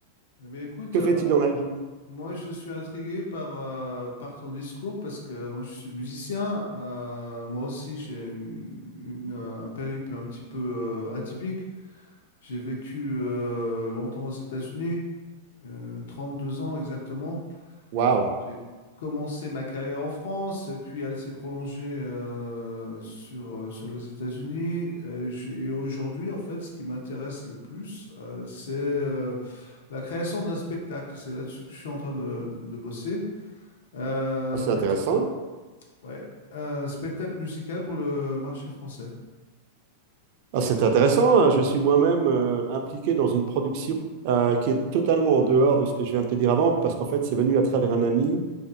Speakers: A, on the left (about 80°); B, on the right (about 50°).
A: Eh bien, écoute,
B: que
A: euh,
B: fais-tu dans la vie?
A: moi je suis intrigué par, euh, par ton discours parce que moi je suis musicien. euh, moi aussi j'ai une- une- un périple un petit peu euh, atypique. J'ai vécu euh, longtemps aux États-Unis, euh, deux ans exactement.
B: Waouh,
A: J'ai commencé ma carrière en France, et puis elle s'est prolongée euh, sur, euh, sur les États-Unis. Euh, j'ai- Et, aujourd'hui, en fait, ce qui m'intéresse le plus, euh, c'est euh, la création d'un spectacle. C'est là-dessus que je suis en train de, de- de bosser. Euh,
B: Ah, c'est
A: création
B: intéressant.
A: d'un- ouais, un spectacle musical pour le marché français.
B: Ah,
A: Et,
B: c'est intéressant. hein. Je suis moi-même euh, impliqué dans une production euh, qui est totalement en dehors de ce que je viens de te dire avant, parce qu'en fait, c'est venu à travers un ami